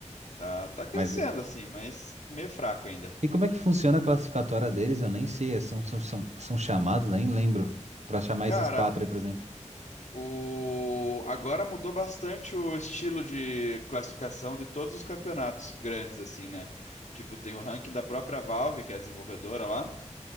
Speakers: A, on the left; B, on the right.
A: Tá, tá crescendo
B: Mas
A: assim, mas meio fraco ainda.
B: e como é que funciona a classificatória deles? Eu nem sei. é- São, são, são, são chamados, nem lembro. Pra chamar
A: Cara,
B: esses quatro aí, por exemplo.
A: o agora mudou bastante o estilo de classificação de todos os campeonatos grandes assim, né? Tipo, tem o ranking da própria Valve, que é a desenvolvedora lá.